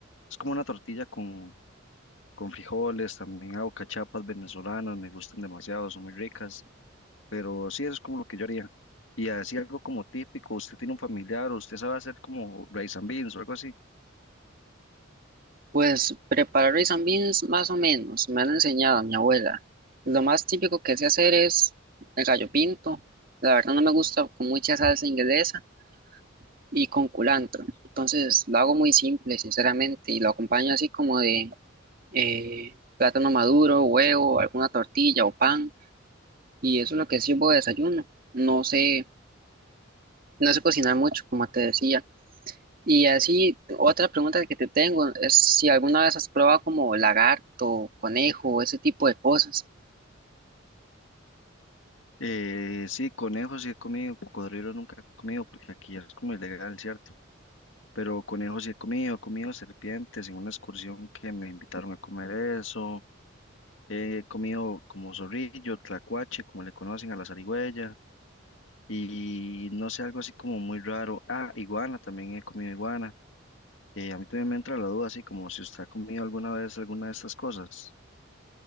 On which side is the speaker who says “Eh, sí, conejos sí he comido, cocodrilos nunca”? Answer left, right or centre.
Left